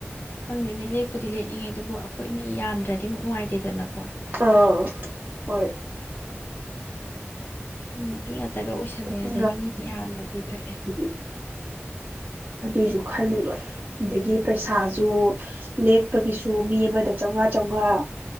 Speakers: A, on the left; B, on the right.
A: ꯈꯪꯗꯦꯅꯤ ꯂꯦꯛꯄꯨꯗꯤ ꯂꯦꯛꯅꯤꯡꯉꯦ ꯑꯗꯨꯕꯨ ꯑꯩꯈꯣꯏ ꯃꯤ ꯌꯥꯝꯗ꯭ꯔꯗꯤ ꯑꯃꯨꯛ ꯅꯨꯡꯉꯥꯏꯇꯦꯗꯅꯀꯣ꯫
B: ꯑꯥ ꯍꯣꯏ
A: ꯅꯨꯄꯤ ꯉꯛꯇ꯫ ꯇꯒ ꯑꯣꯏꯁꯜꯂꯦ
B: ꯅꯨꯄꯤ
A: ꯑꯗꯒꯤ ꯃꯤ ꯌꯥꯝꯃꯗꯤ ꯐꯩ꯫
B: ꯉꯥꯛꯇꯅꯤ ꯑꯗꯨꯏꯁꯨ ꯈꯜꯂꯤꯕ ꯑꯗꯒꯤ ꯄꯩꯁꯥꯁꯨ ꯂꯦꯛꯄꯒꯤꯁꯨ ꯃꯤ ꯑꯃꯗ ꯆꯥꯝꯃꯉꯥ ꯆꯥꯝꯃꯉꯥ